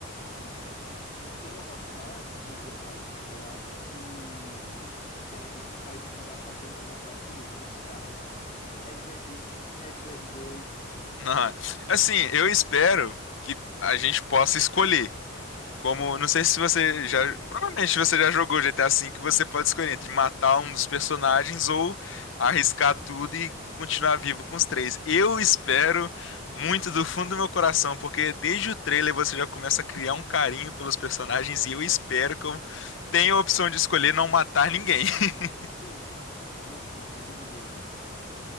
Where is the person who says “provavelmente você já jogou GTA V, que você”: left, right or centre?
Left